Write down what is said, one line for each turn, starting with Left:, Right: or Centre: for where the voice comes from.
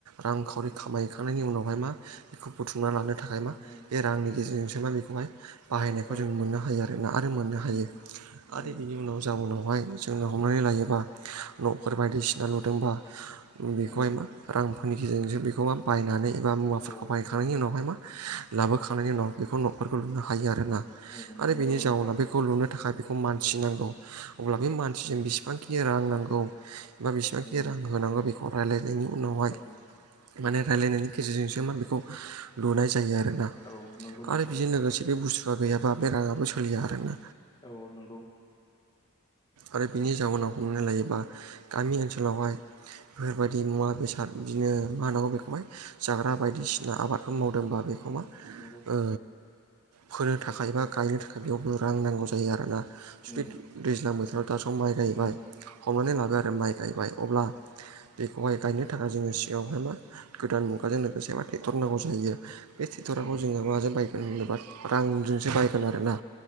Right: रांखावरि खामायैखांनायनि उनावहाय मा बेखौ बुथुमना लानो थाखाय मा
Left: उम
Right: बे रांनि गेजेरजोंसो मा बेखौहाय। बाहायनायखौ
Left: औ
Right: जों मोननो हायो आरोोना आरो मोननो हायो
Left: उम
Right: आरो
Left: उम
Right: बिनि उनाव जाउनावहाय जों जोंनो हमनानै लायोबा न'फोर बायदिसिना नुदोंबा बेखौहाय
Left: उम
Right: मा। रांफोरनि गेजेरजोंसो बेखौ बायनानै एबा मुवाफोरखौ
Left: औ
Right: बाय खांनायनि उनावहाय मा लाबोखांनायनि उनाव बेखौ न'खफोरखौ लुनो हायो आरोना
Left: उम
Right: आरो
Left: नंगौ
Right: बेनि जाउोनाव
Left: नोंथां
Right: बेखौ लुनो थाखाय बेखौ मानसि नांगौ अब्ला बे मानसिजों
Left: उम
Right: बेसेबांखि बेनि रां नांगौ बा बिसिबांखि
Left: उम
Right: रां होनांगौ बेखौ रायलायनायनि उनावहाय
Left: औ
Right: माने रायलायनायनि गेजेरजोंसो मा बेखौ लुनाय जायो आरोना।
Left: औ नंगौ नोंथां
Right: आरो बेजों लोगोसे बे बुस्थुआ गैयाबा बे राङाबो सोलिया आरोना
Left: औ नंगौ।
Right: आरो बिनि जाउनाव हमनानै लायोबा गामि ओनसोलावहाय बेफोरबायदि मुवा बेसाद बिदिनो मा होनांगौ बेखौहाय जाग्रा बायदिसिना आबादखौ मावदोंबा। बेखौ
Left: उम
Right: मा
Left: नंगौ
Right: ओ फोनो थाखाय बा गायनो थाखाय बेयावबो रां नांगौ जायो आरोना जुदि
Left: उम
Right: दैज्लां बोथोराव दा सम माइ गायबाय
Left: उम
Right: हमनानै लाबाय आरो माइ गायबाय अब्ला बेखौहाय गायनो थाखाय जोङो सिगावहाय मा गोदान मुगाजों लोगोसे मा टेक्टर नांगौ जायो बे ट्रेक्ट'राखौ
Left: उम
Right: जोङो माजों बायगोन होनोबा रांजोंसो बायगोन आरोना।